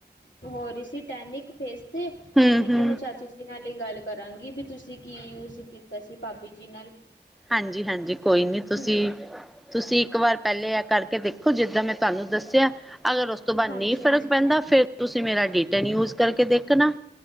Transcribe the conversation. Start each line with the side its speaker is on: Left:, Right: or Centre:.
Left: ਹੋ ਰਹੀ ਸੀ ਟੈਨਿਕ ਫੇਸ ਤੇ
Centre: ਹੂੰ
Left: ਮੈਂ
Centre: ਹੂੰ
Left: ਕਿਹਾ ਮੈਂ ਚਾ ਜੀ ਨਾਲ ਹੀ ਗੱਲ ਕਰਾਂਗੀ, ਵੀ ਤੁਸੀਂ ਕੀ ਯੂਜ ਕੀਤਾ ਸੀ ਭਾਬੀ ਜੀ ਨਾਲ
Centre: ਹਾਂਜੀ- ਹਾਂਜੀ ਕੋਈ ਨੀ ਤੁਸੀਂ
Left: ਹੂੰ ਹੂੰ
Centre: ਤੁਸੀਂ ਇੱਕ ਵਾਰ ਪਹਿਲੇ ਐ ਕਰਕੇ ਦੇਖੋ, ਜਿੱਦਾਂ ਮੈਂ ਤੁਹਾਂਨੂੰ ਦੱਸਿਆਂ ਅਗਰ ਉਸ ਉਸ ਤੋਂ ਬਾਅਦ
Left: ਹਾਂਜੀ
Centre: ਨਹੀਂ
Left: ਹਾਂਜੀ
Centre: ਫ਼ਰਕ ਪੈਂਦਾ, ਫ਼ੇਰ ਤੁਸੀਂ ਮੇਰਾ ਡੀਟੈਨ ਯੂਜ ਕਰਕੇ ਦੇਖਣਾ।